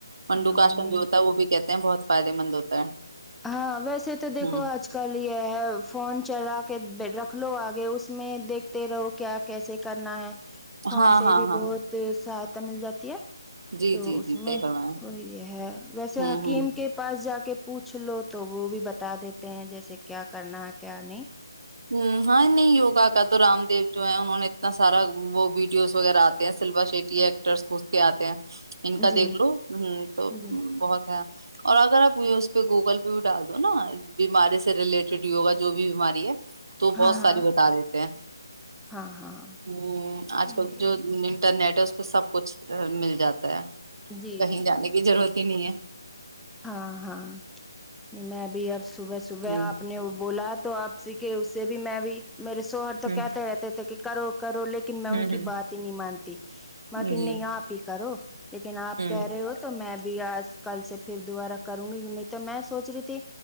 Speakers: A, on the right; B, in the centre.
A: منڈو
B: ہاں
A: کاشم
B: نہیں
A: جو ہوتا ہے وہ بھی کہتے ہیں بہت فائدے مند ہوتا ہے
B: ہاں ویسے تو دیکھو
A: ہ
B: آج کل یہ ہے فون چلا کے رکھ لو آگے اس میں دیکھتے رہو کیا کیسے کرنا ہے فون
A: ہاں
B: سے
A: ہاں
B: بھی
A: ہاں
B: بہت ساتھ مل جاتی ہے
A: جی
B: تو
A: جی
B: اس
A: جی صحیح
B: میں
A: فرمایا
B: یہ ہے ویسے
A: ہوں
B: حکیم
A: ہوں
B: کے پاس جا کے <inaudible> پچھ لو تو وہ بھی بتا دیتے ہیں جیسے کیا کرنا ہے کیا نہیں
A: ہ ہاں نہیں یگا کا تو رام دی جو ہیں انہوں نے اتنا سارا وہ ویڈیوز وغیرہ آتے ہیں سلوا شیٹی ایکٹرس اس کے آتے ہیں ان کا
B: جی
A: دیکھ لو ہ تو
B: جی
A: بہت ہے اور اگر آپ یہ اس پہ گوگل پہ بھی ڈال دو نا بیماری سے ریلیٹڈ یوگا جو بھی بیماری ہے تو
B: ہاں
A: بہت ساری
B: ہاں
A: بتا دیتے ہیں
B: ہاں ہاں
A: ہ آج کل
B: یہ
A: جو
B: یہ
A: انٹرنیٹ ہے تو سب کچھ مل جاتا ہے
B: جی
A: کہیں
B: بالکل
A: جانے کی
B: بالکل
A: ضرورت ہی نہیں
B: ہاں ہاں نہیں میں بھی ار صبح
A: ہے
B: صبح آپ نے وہ بولا تو آپ سیکھے اس سے بھی میں بھی میرے سوہر تو
A: ہوں
B: کہتے رہتے تھے کہ کرو کرو لیکن میں ان
A: ہ
B: کی
A: ہ ہ
B: بات ہی نہیں مانتی م کہ
A: جی
B: نہیں آپ ہی کرو لیکن آپ
A: ہ
B: کہہ رہے ہو تو میں بھی ر آج کل سے پھر دوبارہ کروں گی نہیں تو میں سوچ رہی تھی